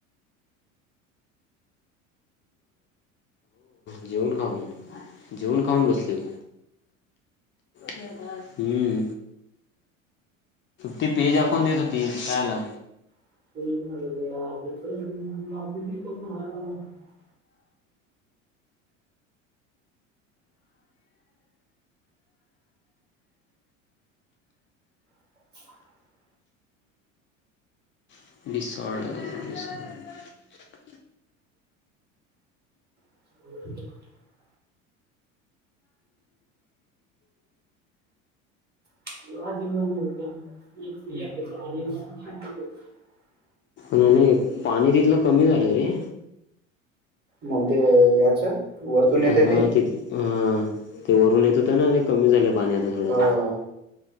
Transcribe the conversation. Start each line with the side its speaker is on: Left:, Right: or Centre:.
Left: जेवण खाऊन जेवून खाऊन बसल हम्म ती <unintelligible> देत होती खायाला
Right: <unintelligible> <inaudible>
Left: <unintelligible>
Right: <inaudible> <unintelligible>
Left: आणि एक पाणी तिथलं कमी झालंय रे
Right: मंग ते याच वरतून येतय
Left: हा
Right: ते
Left: तिथ हा ते वरून येत होत ना ते कमी झालय पाणी आता थोडं
Right: हां.